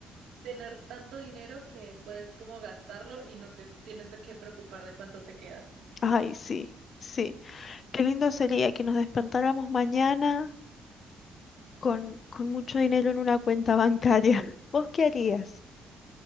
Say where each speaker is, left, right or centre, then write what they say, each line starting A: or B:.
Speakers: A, on the right; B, on the left.
A: tener tanto dinero que puedes como gastarlo y no te tienes de qué preocupar de cuánto te queda.
B: Ay, sí, sí. Qué lindo sería que nos despertáramos mañana con, con mucho dinero en una cuenta bancaria. <laughs> ¿Vos qué harías?